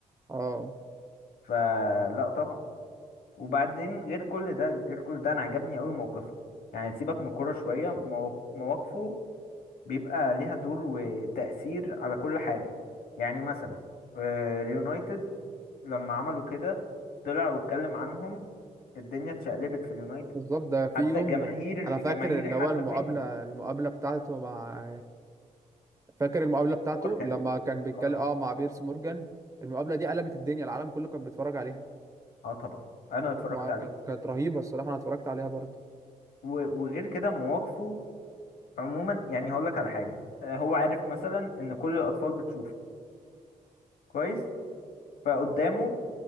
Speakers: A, on the right; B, on the left.
A: اه
B: فلا طبعا وبعدين غير كل ده غير كل ده انا عجبني قوي موقفه يعني سيبك من الكوره شويه مو- مواقفه بيبقى ليها دور وتأثير على كل حاجه يعني مثلا آه، اليونايتد لما عملوا كده طلع واتكلم عنهم الدنيا اتشقلبت في اليونايتد
A: بالظبط ده في
B: حتى
A: يوم
B: جماهير
A: أنا فاكر
B: جماهير
A: اللي
B: حتى
A: هو المقابلة
B: فهمت
A: المقابلة بتاعته مع فاكر المقابلة بتاعته
B: مورجان
A: لما كان بيتكلم
B: اه
A: اه مع بيرس مورجان المقابلة دي قلبت الدنيا العالم كله كان بيتفرج عليها
B: اه طبعا انا اتفرجت
A: ما
B: عليه
A: كانت كانت رهيبة الصراحة أنا اتفرجت عليها برضو
B: و- وغير كده مواقفه عموما يعني هقول لك على حاجه آه، هو عارف مثلا ان كل الاطفال بتشوفه كويس فقدامه